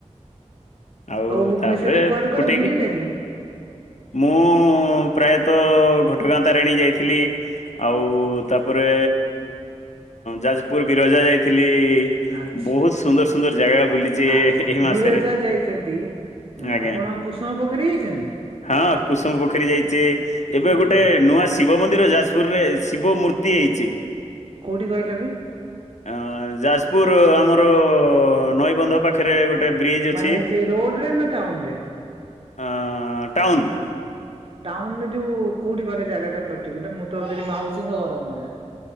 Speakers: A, on the left; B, on the right.
A: ଆଉ
B: ଭୁବନେଶ୍ୱରରେ
A: ତାପରେ
B: କୁଆଡେ କୁଆଡେ
A: ଫୁଟେଇକି
B: ବୁଲିଲେଣି
A: ମୁଁ ପ୍ରାୟତଃ ଘଟଗାଁ ତାରିଣୀ ଯାଇଥିଲି। ଆଉ ତାପ୍ରେ ଯାଜ୍ପୁର୍ ବିରଜା ଯାଇଥିଲି।
B: ଆଚ୍ଛା
A: ବୋହୁତ୍ ସୁନ୍ଦର୍ ସୁନ୍ଦର୍ ଜାଗା ବୁଲିଚେ
B: ଆଚ୍ଛା
A: ଏଇ ମାସେରେ।
B: ବିରଜା ଯାଇଛନ୍ତି। ଆଁ,
A: ଆଜ୍ଞା
B: ଆପଣ କୁସୁମ ପୋଖରୀ ଯାଇଛନ୍ତି
A: ହଁ କୁସୁମ ପୋଖରୀ ଯାଇଚି ଏବେ
B: ଆଁ,
A: ଗୋଟେ ନୂଆ ଶିବ ମନ୍ଦିର ଯାଜପୁର ରେ ଶିବ ମୂର୍ତ୍ତି ହେଇଛି।
B: କୋଉଠି କହିଲ ଭାଇ?
A: ଅ ଯାଜପୁର ଆମର ନଈବନ୍ଧ ପାଖରେ ଗୋଟେ ବ୍ରିଜ ଅଛି।
B: ମାନେ ସେଇ ରୋଡରେ ନା ଟାଉନ ରେ?
A: ଆଁ ଟାଉନ୍।
B: ଟାଉନରେ ଯୋଉ କୋଉଠି କହିଲେ ଜାଗାଟା ପଟିକୁଲାର୍ ମୁଁ ତ ସେଠି ମାଉସୀଙ୍କ ଘର ମୋର।